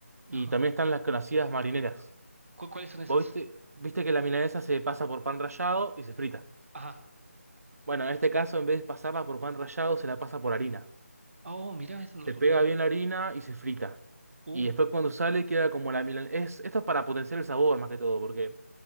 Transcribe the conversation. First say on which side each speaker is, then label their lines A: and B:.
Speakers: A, on the right; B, on the right.
A: Y
B: Ajá.
A: también están las conocidas marineras.
B: ¿Cu- ¿Cuáles son esas?
A: ¿Vos viste, viste que la milanesa se pasa por pan rallado y se frita?
B: Ajá.
A: Bueno, en este caso, en vez de pasarla por pan rallado, se la pasa por harina.
B: Oh, mira, eso no
A: Se
B: lo conocía.
A: pega bien la harina y se frita.
B: Uf,
A: Y después cuando sale queda como la milanesa. Es, esto es para potenciar el sabor más que todo, porque